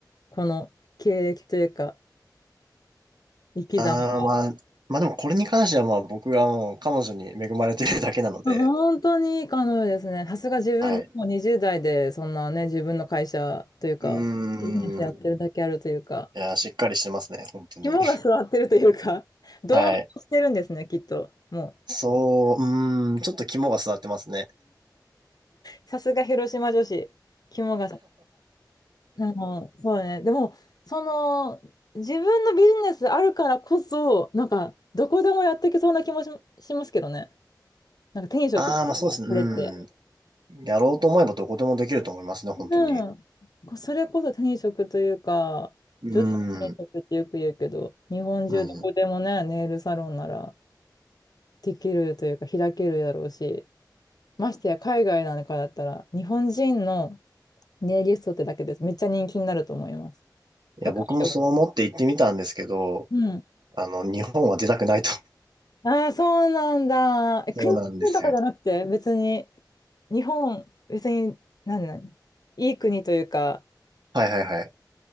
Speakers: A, on the left; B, on the right.
A: この経歴というか、生き様が。
B: ああ、まあ、まあでもこれに関してはまあ僕がもう彼女に恵まれてるだけなので、
A: まあ本当にいい彼女ですね。さすが自分でもう20代で、
B: はい。
A: そんなね、自分の会社というか、
B: うーん。
A: ビジネスやってるだけあるというか、
B: いやしっかりしてますね、本当に。
A: 肝が据わってるというか、どうしてるんですね、
B: <laughs> はい。
A: きっと。もう。
B: そう、うーん、ちょっと肝が据わってますね。
A: さすが広島女子、肝がさ、でも、そうね。でも、その、自分のビジネスあるからこそ、なんか、どこでもやっていけそうな気もし、しますけどね。なんか、転職というか、
B: ああ、まあそうですね、
A: これって。
B: うん。やろうと思えばどこでもできると思いますね、本当に。
A: うん。こそれこそ転職というか、
B: う
A: 女子の転職ってよく言うけど、
B: ん、
A: 日本中どこでもね、
B: うん。い
A: ネイルサロンならできるというか、開けるだろうし、ましてや海外なんかだったら、日本人のネイリストってだけです。めっちゃ人気になると思います。
B: や、
A: 高い
B: 僕もそう思って行ってみたんですけど、
A: うん。
B: あの、日本は出たくないと。<laughs>
A: ああ、そうなんだ。え国とかじゃなくて、
B: そうなんですよ。
A: 別に、日本、別に、何何いい国というか、
B: はいはいはい。